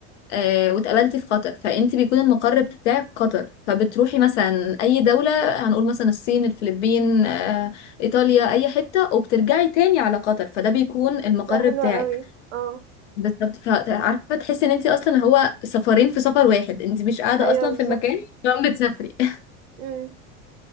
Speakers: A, on the left; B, on the right.
A: آه، واتقابلتي في قطر فانت بيكون المقر بتاعك قطر فبتروحي مثلا اي دولة هنقول مثلا الصين الفلبين آه، ايطاليا اي حتة وبترجعي تاني على قطر فده بيكون المقر
B: ده حلو
A: بتاعك
B: قوي اه
A: بالظبط فعارفة تحسي ان انت اصلا هو سفرين في سفر واحد انت مش قاعدة
B: ايوه
A: اصلا
B: بالظبط
A: في المكان فعم بتسافري <laughs>
B: امم